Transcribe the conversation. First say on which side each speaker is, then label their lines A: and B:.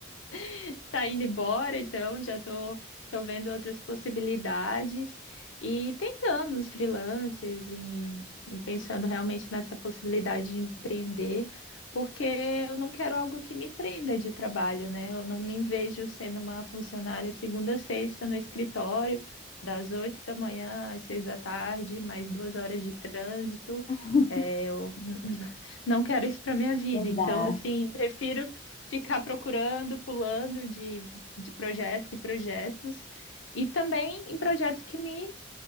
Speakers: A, on the left; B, on the left.
A: <laughs> Tá indo embora, então já tô, tô vendo outras possibilidades e tentando os freelancers e, e pensando realmente nessa possibilidade de empreender, porque eu não quero algo que me prenda de trabalho, né? Eu não me vejo sendo uma funcionária segunda a sexta no escritório, das oito da manhã às seis da tarde, mais duas horas de trânsito.
B: <laughs>
A: É, eu <laughs> não quero isso para minha vida,
B: Não
A: então
B: dá.
A: assim, prefiro ficar procurando, pulando de, de projetos e projetos, e também em projetos que me